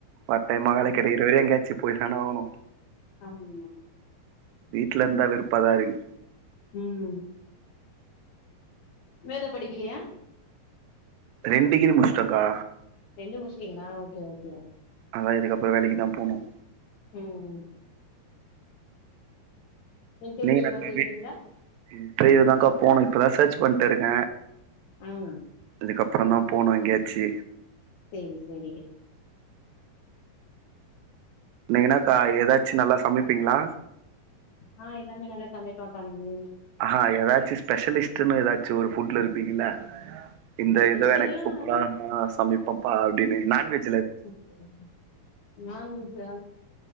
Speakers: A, on the right; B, on the left.
A: பார்ட்டைமா வேல
B: ஆமா
A: கெடைக்கிறவர எங்கயாச்சு போயிதான ஆவணு
B: ஆமா
A: வீட்ல இருந்தா வெறுப்பாதா இருக்கு
B: ம் மேல படிக்கலையா
A: ரெண்டு டிகிரி முடிச்சுட்டங்க்கா
B: ரெண்டு முடிச்சிட்டிங்களா ஓகே ஓகே
A: அதா இதுக்கு அப்றோ வேலைக்குதா போனும்
B: ம் இன்டர்வியூ
A: நீங்க
B: எதுனா
A: என்னக்கா
B: போயிருக்கீங்களா
A: இப்பயேதாங்க்கா போவணு இப்பதா சர்ச் பண்ணிட்டு இருக்க
B: ம்
A: அதுக்கப்பறம்தா போனும் எங்கயாச்சு
B: சேரி சேரி
A: நீங்க என்னாக்கா ஏதாச்சும் நல்லா சமைப்பீங்களா
B: ஆ எல்லாமே நல்லா சமைப்பப்பா நானு
A: ஆ ஏதாச்சும் ஸ்பெஷலிஸ்ட்னு ஏதாச்சு ஒரு ஃபுட்ல இருப்பீங்களா இந்த
B: ஸ்பெஷல்லா
A: இதுவே எனக்கு சூப்பரா சமைப்பம்ப்பா அப்டின்னு நான்வெஜ்
B: சேரி சேரி நான்வெஜ்ஜா